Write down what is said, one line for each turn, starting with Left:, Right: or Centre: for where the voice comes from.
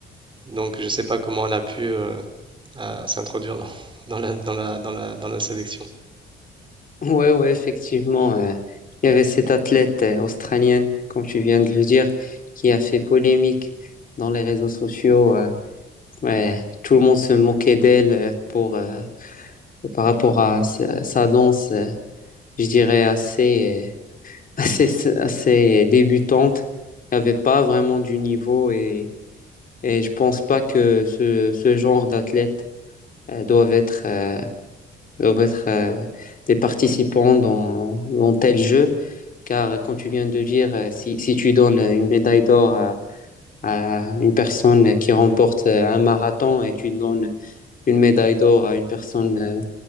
Right: Donc, je ne sais pas comment elle a pu euh, euh, s'introduire dans, <laughs> dans la, dans la, dans la, dans la sélection.
Left: Ouais, ouais, effectivement, euh, il y avait cette athlète euh, australienne, comme tu viens de le dire, qui a fait polémique dans les réseaux sociaux. euh, ouais, tout le monde se moquait d'elle euh, pour euh, par rapport à sa, sa danse, euh, je dirais assez euh, <laughs> assez assez débutante. Il n'y avait pas vraiment du niveau et Et je pense pas que ce, ce genre d'athlètes euh, doivent être, euh, doivent être euh, des participants dans, dans tel jeu, car quand tu viens de dire, euh, si, si tu donnes une médaille d'or à, à une personne qui remporte euh, un marathon et tu donnes une médaille d'or à une personne euh,